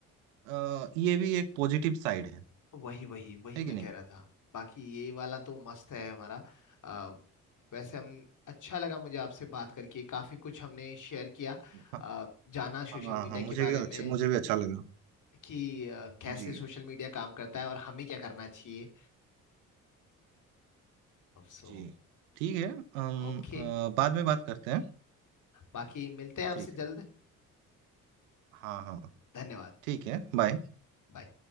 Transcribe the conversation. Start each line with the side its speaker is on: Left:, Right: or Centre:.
Right: अ, ये भी एक पॉजिटिव साइड है
Left: वही वही वही
Right: है
Left: मैं
Right: कि नहीं
Left: कह रहा था बाकी ये वाला तो मस्त है हमारा आ, वैसे हम अच्छा लगा मुझे आपसे बात करके काफी कुछ हमने शेयर किया
Right: हाँ
Left: आ, जाना सोशल
Right: हाँ
Left: मीडिया
Right: हाँ मुझे
Left: के बारे
Right: भी अच्छा
Left: में
Right: मुझे भी अच्छा लगा
Left: कि आ, कैसे
Right: जी
Left: सोशल मीडिया काम करता है और हमें क्या करना चाहिए सो
Right: जी ठीक है हम
Left: ओके
Right: अ, बाद में बात करते हैं
Left: बाकी मिलते हैं आपसे
Right: ठीक है
Left: जल्द
Right: हाँ हाँ
Left: धन्यवाद
Right: ठीक है बाय
Left: बाय